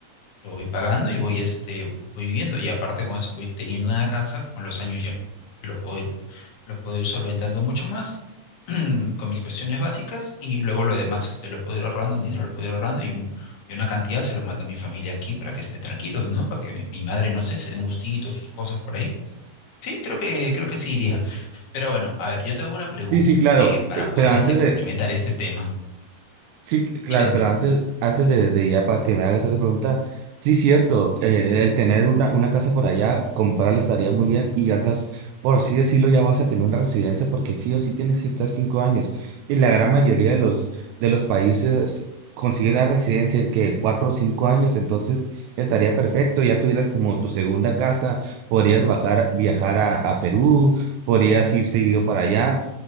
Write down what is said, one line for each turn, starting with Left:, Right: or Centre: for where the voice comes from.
Left: lo voy pagando y voy, este, voy viviendo. Y aparte con eso voy teniendo una casa, con los años ya lo puedo ir, lo puedo ir solventando mucho más <clears throat> con mis cuestiones básicas y luego lo demás, este, lo puedo ir ahorrando, un dinero lo puedo ir ahorrando y, un, y una cantidad se lo mando a mi familia aquí para que estén tranquilos, ¿no? Para que mi madre, no sé, se dé un gustito, sus cosas por ahí. Sí, creo que, creo que sí iría. Pero bueno, a ver, yo te hago una pregunta
Right: Sí, sí, claro.
Left: eh, para
Right: Eh,
Left: poder
Right: Pero antes
Left: este, complementar
Right: de,
Left: este tema.
Right: Sí, cl- claro,
Left: Dime, dime.
Right: pero antes, antes de, de ya para que me hagas esa pregunta, sí, cierto, eh, el tener una, una casa por allá, comprarla estaría muy bien y ya estás, por así decirlo, ya vas a tener una residencia porque sí o sí tienes que estar cinco años y la gran mayoría de los, de los países consigue la residencia en que cuatro o cinco años, entonces estaría perfecto, ya tuvieras como tu segunda casa, podrías bajar, viajar a, a Perú, podrías ir seguido para allá.